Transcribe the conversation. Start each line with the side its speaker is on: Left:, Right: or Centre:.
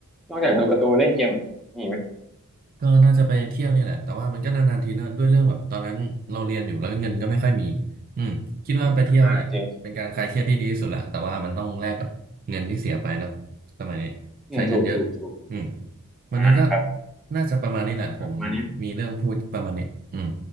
Centre: นอกจากดูการ์ตูนเล่นเกมอะมีอีกไหม
Right: ก็น่าจะไปเที่ยวนี่แหละแต่ว่ามันก็นานๆทีนะด้วยเรื่องแบบตอนนั้นเราเรียนอยู่แล้วก็เงินก็ไม่ค่อยมีอืมคิดว่าไปเที่ยวเนี่ยเป็นการคลายเครียดที่ดีที่สุดแหละแต่ว่ามันต้องแลกกับเงินที่เสียไปเนอะ
Centre: อ่าจริงจริง
Right: สมัยนี้ใช้เงินเยอะ
Centre: อืมถูกถูกถูก
Right: อืมวันนี้ก็
Centre: อ่า
Right: น่าจะประมาณนี้แหละผม
Centre: ประมาณนี้
Right: มีเรื่องพูดประมาณนี้อืม